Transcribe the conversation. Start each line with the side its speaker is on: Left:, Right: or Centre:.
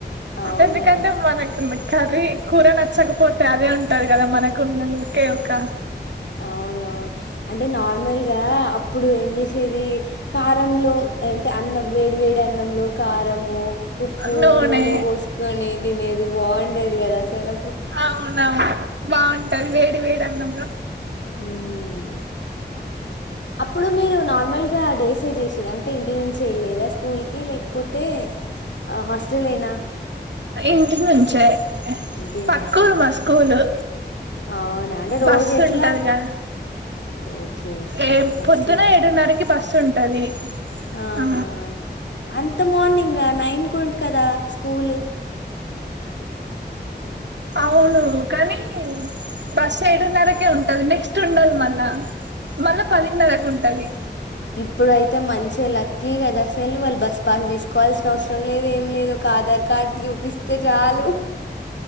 Left: అవునా
Right: ఎందుకంటే మనకు మ కర్రీ కూర నచ్చకపోతే అదే ఉంటది కదా మనకు ఉన్నది ఒకే ఒక్క
Left: అవునవును అంటే నార్మల్గా అప్పుడు ఏం చేసేది కారంలో అంటే అన్నం వేడి వేడి అన్నంలో కారము ఉప్పు,
Right: నూనె
Left: పోసుకొని తినేది బాగుండేది గదా అసల
Right: అవునవును బాగుంటది వేడి వేడి అన్నంల
Left: మ్మ్ అప్పుడు మీరు నార్మల్గా డేసే చేసేద ఇంటి నుంచి ఎల్లేదా స్కూల్ కి లేకపోతే హాస్టలేనా
Right: ఇంటి నుంచే
Left: ఇంటి
Right: పక్క
Left: నుంచేనా?
Right: ఊరు మా స్కూలు
Left: అవునా అంటె రోజెట్లా
Right: బస్సు ఉంటది కదా
Left: ఓకే. ఓకే.
Right: ఏ
Left: బస్‌లో
Right: పొద్దున ఏడున్నరకి బస్సు ఉంటది
Left: ఆహా
Right: ఆ
Left: అంత మార్నింగ్ నైన్కు ఉంటద్ కదా స్కూల్
Right: అవును కానీ బస్సు ఎడున్నరకే ఉంటది నెక్స్ట్ ఉండాదు మళ్ళా మళ్ళా పదిన్నరకు ఉంటది
Left: ఇప్పుడయితే మంచిగా లక్కీ కదా అసలు వాళ్ళు బస్ పాస్ తీసుకోవాల్సిన అవసరం లేదు ఏం లేదు ఒక ఆధార్ కార్డ్ ర్డు చూపిస్తే చాలు